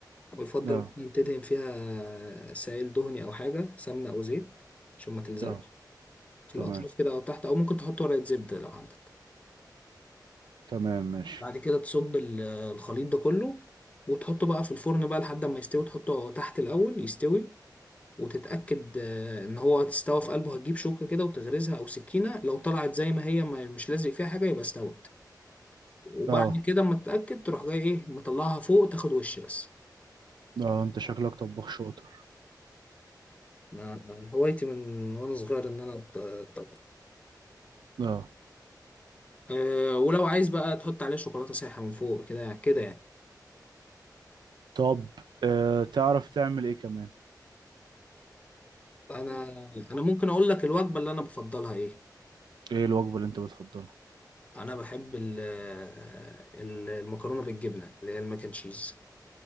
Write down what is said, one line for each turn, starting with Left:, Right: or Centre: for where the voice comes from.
Left: ويفضل
Right: اه
Left: مثلا تدهن فيها سائل دهني او حاجه سمنه او زيت عشان ما تلزقش
Right: اه
Left: في
Right: تمام
Left: الاطراف كده او تحت او ممكن تحط ورقه زبده لو عندك
Right: تمام ماشي
Left: بعد كده تصب ال- آه، الخليط ده كله وتحطه بقى في الفرن بقى لحد ما يستوي تحطه تحت الاول يستوي وتتأكد آه، ان هو تستوى في قلبه هتجيب شوكة كده وتغرزها او سكينة لو طلعت زي ما هي ما مش لازق فيها حاجة يبقى استوت وبعد
Right: اه
Left: كده اما تتأكد تروح جاي ايه مطلعها فوق تاخد وش بس
Right: اه انت شكلك طباخ شاطر
Left: أنا هوايتي من وانا صغير ان انا أط- اطبخ
Right: اه
Left: أه ولو عايز بقى تحط عليها شوكولاتة سايحة من فوق كده كده يعني
Right: طب آه تعرف تعمل ايه كمان
Left: انا انا ممكن اقول لك الوجبة اللي انا بفضلها ايه
Right: ايه الوجبة اللي انت بتفضلها
Left: انا بحب ال- آه، ال- المكرونة بالجبنة اللي هي الماك اند تشيز